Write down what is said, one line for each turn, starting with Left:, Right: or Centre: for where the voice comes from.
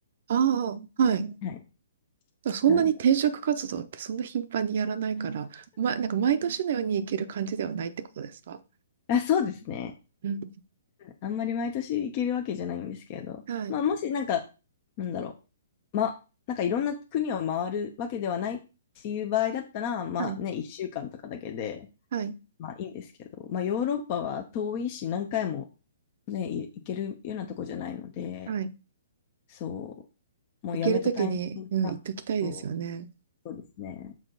Right: ああ、はい。
Left: はい。
Right: そんなに転職活動ってそんな頻繁にやらないから、
Left: なんで、
Right: ま、なんか毎年のように行ける感じではないってことですか
Left: あ、そうですね。
Right: うん。
Left: あんまり毎年行けるわけじゃないんですけど、
Right: はい、
Left: まあ、もしなんか、なんだろう、ま、なんかいろんな国を回るわけではないっていう場合だったら、まあね、
Right: はい、
Left: 1週間とかだけで、
Right: はい、
Left: まあいいんですけど、まあヨーロッパは遠いし何回もね、い行けるようなとこじゃないので、
Right: はい。
Left: そう、もうやめたタイミングが、
Right: 行けるときに、うん、行っときたいですよね。
Left: そう、そうですね。